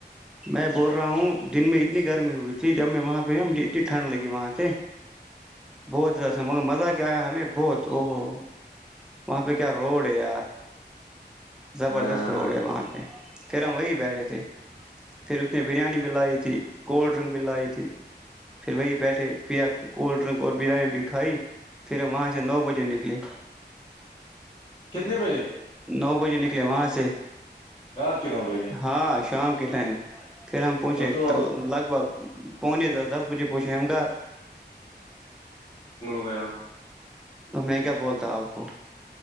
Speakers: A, in the centre; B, on the left.
A: میں بول رہا ہوں دن میں اتنی گرمی ہوئی تھی جب میں وہاں پہ ہ مجھے اتنی ٹھنڈ لگی وہاں سے بہت
B: اچھا
A: جاس ہے مگر مزہ کیا ہمیں بہت ا ہو وہاں پہ کیا روڑ آار زبردست
B: ہاں
A: روڈ ہے وہاں پہ پھر ہم وہی بیٹھے تھے پھر اس نے بریانی بھی لائی تھی کولڈ ڈرنک بھی لائی تھی پھر وہی بیٹھے پیا کولڈ ڈرنک اور بریانی بھی کھائی پھر وہاں سے نو بجے نکلے
B: کتنے بجے
A: نو بجے نہیں لے وہاں سے
B: رات کے نو بجے
A: ہاں شام کے ٹائم پھر ہم پونچے
B: وہ تو
A: لگ بھگ پونے دس دس بجے پہنچھے ہم گھر
B: ہویا
A: تو میں کیا بولتا ہوں آپ کو